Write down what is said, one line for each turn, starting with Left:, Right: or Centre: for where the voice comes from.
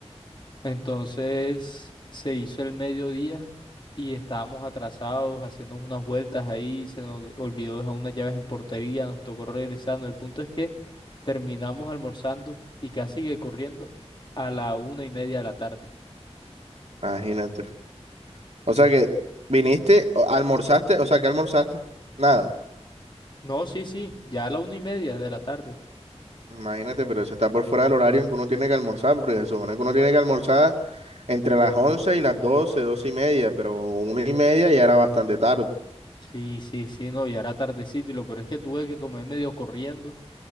Left: Entonces se hizo el mediodía y estábamos atrasados, haciendo unas vueltas ahí, se nos olvidó dejar unas llaves en portería, nos tocó regresando. El punto es que terminamos almorzando y casi que corriendo a la una y media de la tarde.
Right: imagínate. O sea que viniste, o- almorzaste, o sea que almorzaste, nada.
Left: No, sí, sí, ya a la una y media de la tarde.
Right: Imagínate, pero eso está por fuera del horario en que uno tiene que almorzar, porque se supone que uno tiene que almorzar entre las 11 y las 12 12 y media, pero una y media ya era bastante tarde.
Left: Sí, sí, sí, no, ya era tardecito y lo peor es que tuve que comer medio corriendo